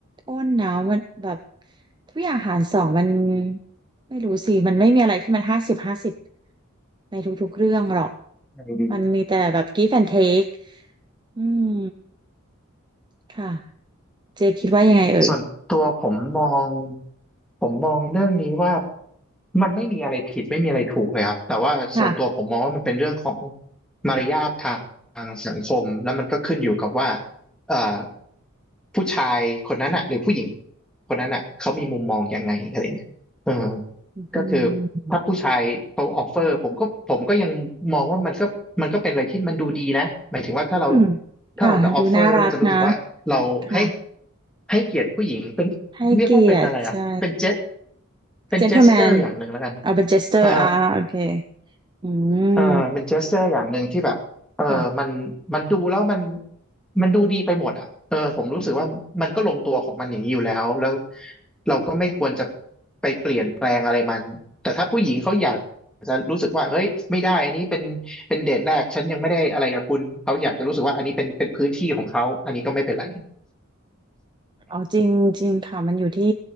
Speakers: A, on the right (about 20°); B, in the centre.
A: อ้นนะมันแบบทุกอย่างหารสองมันไม่รู้สิมันไม่มีอะไรที่มันห้าสิบห้าสิบในทุกๆเรื่องหรอก
B: ังไงดี
A: มันมีแต่แบบ give and take อืมค่ะเจคิดว่ายังไงเอ่ย
B: ส่วนตัวผมมองผมมองเรื่องนี้ว่ามันไม่มีอะไรผิดไม่มีอะไรถูกเลยครับแต่ว่าส่วนตัวผมมองว่ามันเป็นเรื่องของ
A: ค่ะ
B: มารยาททางสังคมแล้วมันก็ขึ้นอยู่กับว่าเอ่อผู้ชายคนนั้นอ่ะหรือผู้หญิงคนนั้นอ่ะเขามีมุมมองยังไงอะไรเนี่ยเออ
A: อื
B: ก็คือถ้าผู้ชายเขาออฟเฟอร์ผมก็ผมก็ยังมองว่ามันก็มันก็เป็นอะไรที่มันดูดีนะหมายถึงว่าถ้าเรา
A: มอืม
B: ถ้าเราจะออฟเฟอร์แล้วเราจะรู้สึกว่า
A: ค่ะดูน่ารักนะ
B: เราให้
A: ค่ะ
B: ให้เกียรติผู้หญิงเป็นเรียกว่าเป็นอะไรอ่ะเป็นเจส
A: ให้เกียรติใช่
B: เป็นเจสเจอร์อย่างหนึ่งแล้วกัน
A: gentleman เอาเป็น jester
B: อ่า
A: อ่าโอเคอื
B: อ่าเป็นเจสเจอร์อย่างหนึ่งที่แบบเออมันมันดูแล้วมัน
A: มค่ะ
B: มันดูดีไปหมดอ่ะเออผมรู้สึกว่ามันก็ลงตัวของมันอย่างนี้อยู่แล้วแล้วเราก็ไม่ควรจะไปเปลี่ยนแปลงอะไรมันแต่ถ้าผู้หญิงเขาอยากจะรู้สึกว่าเฮ้ยไม่ได้อันนี้เป็นเป็นเดทแรกฉันยังไม่ได้อะไรกับคุณเขาอยากจะรู้สึกว่าอันนี้เป็นเป็นพื้นที่ของเขาอันนี้ก็ไม่เป็นไร
A: อ๋อจริงจริงค่ะมันอยู่ที่